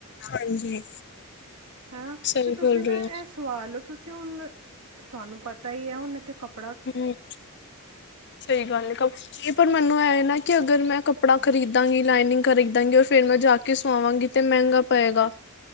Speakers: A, on the left (about 50°); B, on the right (about 80°).
A: ਹਾਂਜੀ।
B: ਹਨਾ
A: ਸਹੀ
B: ਤੇ ਤੁਸੀਂ
A: ਬੋਲ
B: ਨਾ
A: ਰਹੇ ਹੋ
B: ਇਹ ਸਵਾਲੋ ਉੱਥੋਂ। ਕਿਉਂਕਿ ਹੁਣ ਤੁਹਾਨੂੰ ਪਤਾ ਹੀ ਹੁਣ ਇੱਥੇ ।
A: ਹੂੰ ਸਹੀ ਗੱਲ ਹੈ ਪਰ ਮੈਨੂੰ ਐ। ਨਾ ਕਿ ਅਗਰ ਮੈਂ ਕੱਪੜਾ ਖਰੀਦਾਂਗੀ ਲਾਈਨਿੰਗ ਖਰੀਦਾਂਗੀ ਔਰ ਫੇਰ ਮੈਂ ਜਾ ਕੇ ਸਵਾਵਾਂਗੀ ਤੇ ਮਹਿੰਗਾ ਪਏਗਾ।